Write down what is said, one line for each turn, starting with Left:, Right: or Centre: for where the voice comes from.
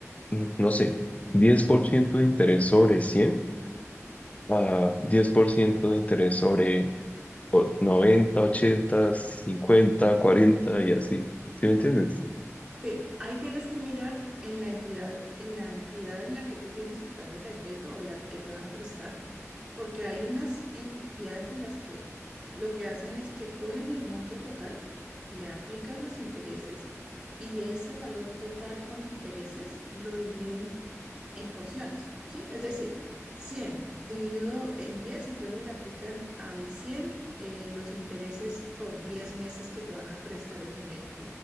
Left: mm, no sé, 10% de interés sobre 100 a 10% de interés sobre o- 90 80 50 40 y así, ¿sí me entiendes?
Right: Sí, ahí tienes que mirar en la entidad, en la entidad en la que tú tienes tu tarjeta de crédito o la que te van a prestar, Porque hay unas entidades en las que lo que hacen es que cogen el monto total, le aplican los intereses y ese valor total con intereses lo dividen en porciones, ¿sí? Es decir, 100 dividido en 10, entonces le aplican al 100 eh, los intereses por diez meses que te van a prestar el dinero.